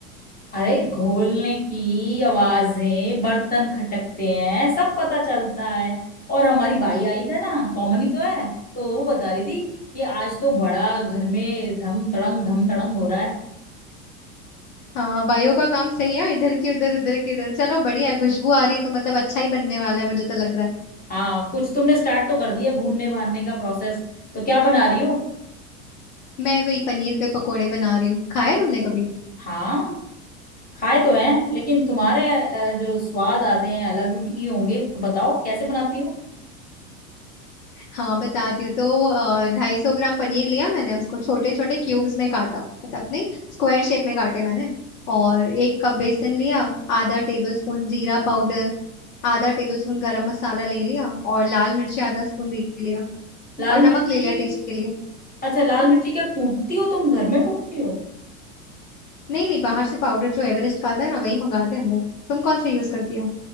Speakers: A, on the left (about 20°); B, on the left (about 75°).
A: अरे घोलने की आवाजें बर्तन खटकते हैं सब पता चलता है और हमारी बाई आई थी ना कॉमन ही तो है तो वो बता रही थी कि आज तो बड़ा घर में धम तड़ंग धम तड़ंग हो रहा है
B: हाँ भाइयों का काम सही है इधर की उधर उधर की उधर चलो बढ़िया है खुशबू आ रही है तो मतलब अच्छा ही बनने वाला है मुझे तो लग रहा है
A: हाँ कुछ तुमने स्टार्ट तो कर दिया भूनने भानने का प्रोसेस तो क्या बना रही हो
B: मैं वही पनीर के पकोड़े बना रही हूँ खाए तुमने कभी
A: हाँ खाए तो हैं लेकिन तुम्हारे अ, जो स्वाद आते हैं अलग ही होंगे तो बताओ कैसे बनाती हो
B: हाँ बताती हूँ तो ढाई सौ ग्राम पनीर लिया मैंने उसको छोटे छोटे क्यूब्स में काटा मतलब नहीं स्क्वायर शेप में काटे मैंने और एक कप बेसन लिया आधा टेबल स्पून जीरा पाउडर आधा टेबल स्पून गरम मसाला ले लिया और लाल मिर्ची आधा स्पून ले लिया
A: लाल
B: और नमक
A: मिर्ची
B: ले लिया टेस्ट के लिए
A: अच्छा लाल
B: हाँ
A: मिर्ची क्या कूटती हो तुम घर में कूटती हो
B: नहीं नहीं बाहर से पाउडर जो एवरेस्ट का आता है ना वही मंगाते हैं हम लोग तुम कौन सा यूज करती हो